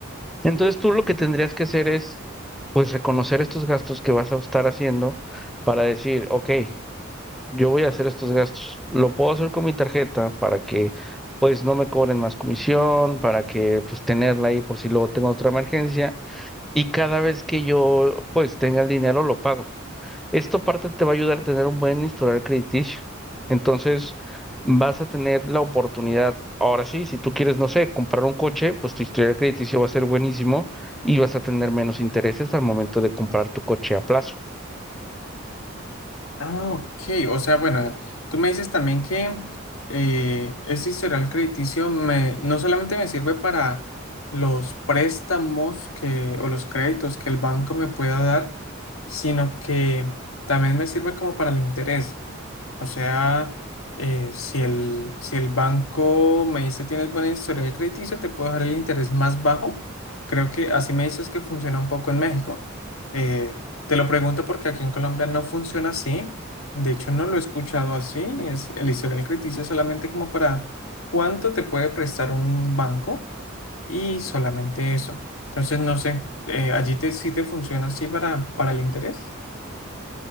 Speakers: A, in the centre; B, on the left.
A: Entonces tú lo que tendrías que hacer es, pues, reconocer estos gastos que vas a estar haciendo para decir, ok, yo voy a hacer estos gastos. Lo puedo hacer con mi tarjeta para que, pues, no me cobren más comisión, para que, pues, tenerla ahí por si luego tengo otra emergencia. Y cada vez que yo, pues, tenga el dinero, lo pago. Esto parte te va a ayudar a tener un buen historial crediticio. Entonces, vas a tener la oportunidad. Ahora sí, si tú quieres, no sé, comprar un coche, pues tu historial crediticio va a ser buenísimo y vas a tener menos intereses al momento de comprar tu coche a plazo.
B: Ah, ok. O sea, bueno, tú me dices también que eh, ese historial crediticio me, no solamente me sirve para los préstamos que, o los créditos que el banco me pueda dar, sino que también me sirve como para el interés. O sea, eh, si el, si el banco me dice tienes buena historial crediticio, te puedo dar el interés más bajo. Creo que así me dices que funciona un poco en México. Eh, te lo pregunto porque aquí en Colombia no funciona así. De hecho, no lo he escuchado así. Es el historial crediticio solamente como para cuánto te puede prestar un banco y solamente eso. Entonces, no sé, eh, allí te, sí te funciona así para, para el interés.